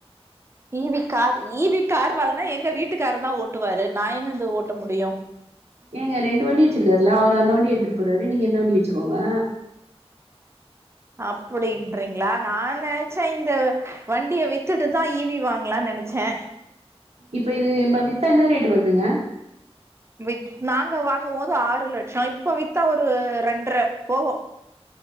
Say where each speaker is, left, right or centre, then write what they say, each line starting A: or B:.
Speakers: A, on the right (about 25°); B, on the right (about 75°).
A: ஈவி கார் ஈவி கார் வாங்கன்னா எங்க வீட்டுக்காரு தா ஓட்டுவாரு நா எங்கருந்து ஓட்ட முடியு
B: ஏங்க ரெண்டு வண்டி வச்சிருக்காருல்ல அவரு அந்த வண்டி எடுத்துட்டு போறாரு நீங்க இந்த வண்டி வச்சுக்கோங்க
A: அப்டின்றீங்களா நா நெனைச்சே இந்த வண்டிய வித்துட்டுதா ஈவி வாங்கலாம்னு நேனைச்சே
B: இப்ப இது இ நம்ம வித்தா என்ன ரேட் வருதுங்க
A: வித் நாங்க வாங்கு போது ஆறு லட்சம் இப்போ வித்தா ஒரு ரெண்டுறை போகு